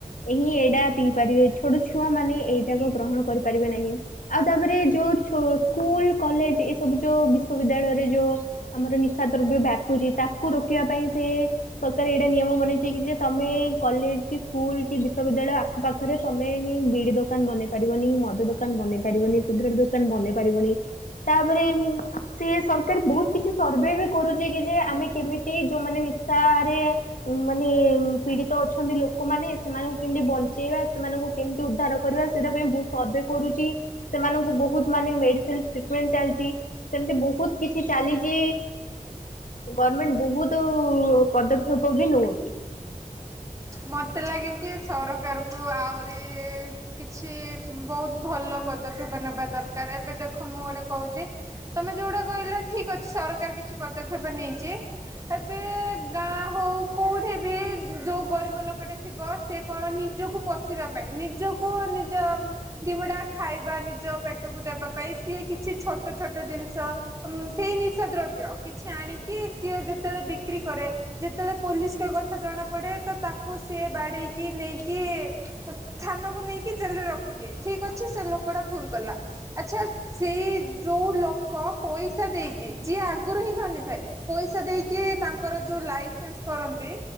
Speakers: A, on the left; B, on the right.
A: ସେହିଁ ଏଇଟା ପିଇ ପାରିବେ ଛୋଟ ଛୁଆ ମାନେ ଏଇ ଯାକ ଗ୍ରହଣ କରିପାରିବେ ନାହିଁ। ଆଉ ତାପରେ ଯୋଉ ଛୋ ସ୍କୁଲ କଲେଜ ଏସବୁ ଯୋଉ ବିଶ୍ୱବିଦ୍ୟାଳୟରେ ଯୋଉ ଆମର ନିଶା ଦ୍ରବ୍ୟ ବ୍ୟାପୁଚି ତାକୁ ରୋକିବା ତା ପାଇଁ ସେ ସରକାର ଏଇଟା ନିୟମ ବନେଇଚି କି ଯେ ତମେ କଲେଜ କି ସ୍କୁଲ କି ବିଶ୍ୱବିଦ୍ୟାଳୟ ଆଖ ପାଖରେ ତମେ ହିଁ ବିଡି ଦୋକାନ ବନେଇ ପାରିବନି ମଦ ଦୋକାନ ବନେଇ ପାରିବନି ସିଗରେଟ୍ ଦୋକାନ ବନେଇ ପାରିବନି। ତାପରେ ଉଁ ସେ ସରକାର ବହୁତ କିଛି ସର୍ଭେ ବି କରୁଚି କି ଯେ ଆମେ କେମିତି ଯୋଉ ମାନେ ଓଶାରେ ମାନେ ପୀଡିତ ଅଛନ୍ତି ଲୋକମାନେ ସେମାନଙ୍କୁ କେମତି ବଞ୍ଚେଇବା ସେମାନେ ସେମାନଙ୍କୁ କେମିତି ଉଦ୍ଧାର କରିବା ସେଟା ପାଇଁ ବହୁତ୍ ସର୍ଭେ କରୁଚି ସେମାନଙ୍କୁ ବହୁତ୍ ମାନେ ମେ ସ୍ପେସାଲ୍ ଟ୍ରିଟମେଣ୍ଟ ଚାଲିଚି ସେମିତି ବହୁତ୍ କିଛି ଚାଲିଚି ଗମେଣ୍ଟ ବହୁତ ପଦକ୍ଷେପ ବି ନଉଚି।
B: ମତେ ଲାଗେ କି ସରକାର କୁ ଆହୁରି କିଛି ବହୁତ ଭଲ ପଦକ୍ଷେପ ନେବା ଦରକାର ଏବେ ଦେଖ ମୁଁ ଗୋଟେ କହୁଚି ତମେ ଯୋଉଟା କହିଲ ଠିକ ଅଛି ସରକାର କିଛି କିଛି ପଦକ୍ଷେପ ନେଇଛି ଏବେ ଗାଁ ହଉ କୋଉଠି ବି ଯୋଉ ଗରିବ ଲୋକଟେ ଥିବ ସେ କଣ ନିଜକୁ ପୋଶିବା ପାଇଁ ନିଜକୁ ନିଜ ଦିମୁଠା ଖାଇ ପାଇଁ ବା ନିଜ ପେଟକୁ ଦେବା ପାଇଁ ସିଏ କିଛି ଛୋଟ ଛୋଟ ଜିନିଷ ଉଁ ସେଇ ନିଶା ଦ୍ରବ୍ୟ କିଛି ଆଣିକି ସିଏ ଯେତେବେଳେ ବିକ୍ରି କରେ ଯେତେବେଳେ ପୋଲିସ୍ କୁ ଏ କଥା ଜଣା ପଡେ ତ ତାକୁ ତାକୁ ସେ ବାଡେଇକି ନେଇକି ଥାନାକୁ ନେଇକି ଜେଲରେ ରଖିଦିଏ ଠିକ୍ ଅଛି ସେ ଲୋକ ଲୋକଟା ଭୁଲ କଲା ଆଛା ସେଇ ଯୋଉ ଲୋକ ପଇସା ଦେଇକି ଯିଏ ଆଗରୁ <inaudible> ଥାଏ ପଇସା ଦେଇକି ତାଙ୍କର ଯୋଉ ଲାଇସେନ୍ସ କରନ୍ତି